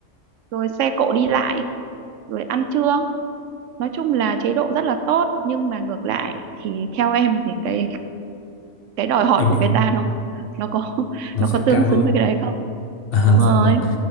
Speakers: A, on the right; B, on the left.
A: rồi xe cộ đi lại rồi ăn trưa nói chung là chế độ rất là tốt nhưng mà ngược lại thì theo em thì cái cái đòi hỏi
B: em
A: của
B: hiểu
A: Việt Nam nó nó có
B: nó
A: nó
B: sẽ
A: có tương
B: cao
A: xứng
B: hơn
A: với cái đấy không
B: À,
A: đúng rồi
B: dạ vâng.